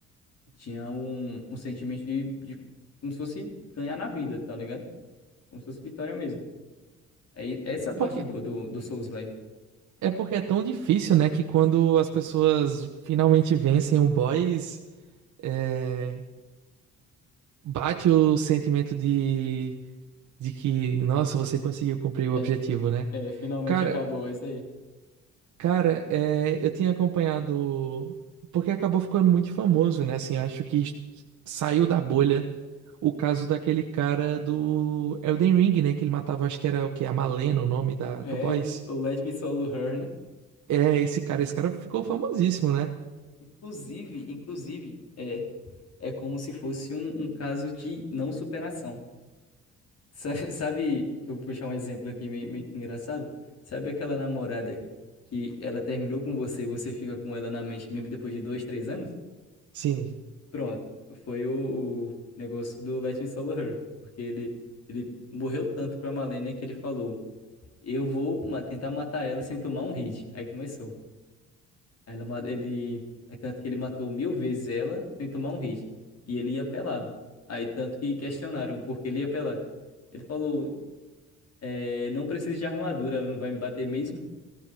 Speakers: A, on the left (about 55°); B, on the right (about 70°).
A: tinha um, um sentimento de, de como se fosse ganhar na vida, tá ligado? Como se fosse vitória mesmo. Aí, essa é a parte
B: É Porque,
A: boa do, do Souls-like.
B: é porque é tão difícil, né? Que quando as pessoas finalmente vencem o boss, é, bate o sentimento de, de que, nossa, você conseguiu cumprir o
A: É,
B: objetivo, né?
A: é, finalmente
B: Cara,
A: acabou, é isso aí.
B: Cara, é, eu tinha acompanhado, porque acabou ficando muito famoso, né? Assim, acho que est- saiu da bolha o caso daquele cara do Elden Ring, né? Que ele matava, acho que era o quê? A Malena, o nome da,
A: É,
B: do boss.
A: o Let Me Solo Her, né?
B: É, esse cara, esse cara ficou famosíssimo, né?
A: Inclusive, inclusive, é, é como se fosse um, um caso de não superação. Sa- <laughs> Sabe, que eu vou puxar um exemplo aqui meio, meio que engraçado? Sabe aquela namorada que ela terminou com você e você fica com ela na mente mesmo depois de dois, três anos?
B: Sim,
A: Pronto, foi o, o negócio do Let Me Solo Her. Porque ele, ele morreu tanto pra Malenia que ele falou, eu vou ma- tentar matar ela sem tomar um hit. Aí começou. Ela, ma- ele, é tanto que ele matou mil vezes ela sem tomar um hit. E ele ia pelado. Aí tanto que questionaram por que ele ia pelado. Ele falou, é, não precisa de armadura, ela não vai me bater mesmo.